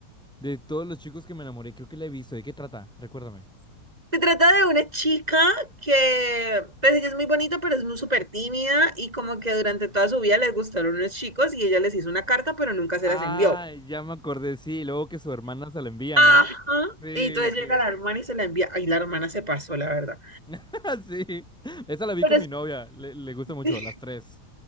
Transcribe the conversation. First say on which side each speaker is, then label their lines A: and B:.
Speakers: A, in the centre; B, on the right.
A: De todos los chicos que me enamoré, creo que la he visto. ¿De qué trata? Recuérdame.
B: <laughs> Se trata de una chica que, pues ella es muy bonita, pero es muy súper tímida y como que durante toda su vida les gustaron unos chicos y ella les hizo una carta, pero nunca se
A: Ah,
B: las envió.
A: ya me acordé, sí. Y Luego que su hermana se la envía,
B: Ajá.
A: ¿no? Sí,
B: Y entonces llega
A: sí.
B: la hermana y se la envía. Ay, la hermana se pasó, la verdad.
A: <laughs> Sí, esa la vi
B: Pero
A: con mi novia, le, le gusta mucho,
B: sí,
A: las tres.